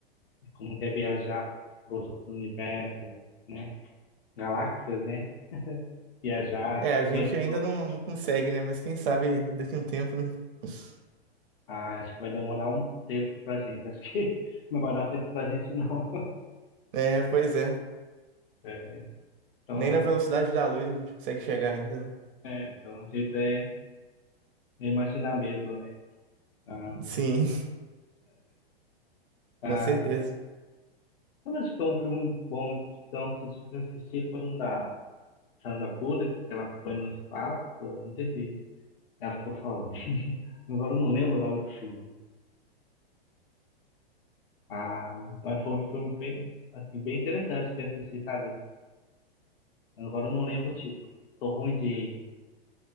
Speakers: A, on the left; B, on the right.
A: como quer viajar para outro universo, né? Galáxias, né? Viajar,
B: É, a gente
A: com esse
B: ainda
A: outros.
B: não, não consegue, né? Mas quem sabe daqui a um tempo, né? <laughs>
A: Ah, acho que vai demorar um tempo pra gente. Acho que <laughs> não vai dar tempo pra gente, não. <laughs>
B: É, pois é.
A: É, mas, então,
B: Nem na velocidade da luz a gente consegue chegar ainda, né?
A: é, é, então, a gente é é imaginar mesmo, né? Ah,
B: Sim,
A: ah,
B: <laughs> com certeza.
A: mas acho que é um filme bom de ficção que eu assisti foi um da Sandra Bullock, que ela foi no espaço, não sei se ela ficou sozinha, <laughs> agora eu não lembro o nome do filme. Ah, mas foi um filme bem, assim, bem interessante que eu assisti, sabe? Agora eu não lembro o título. Tô ruim de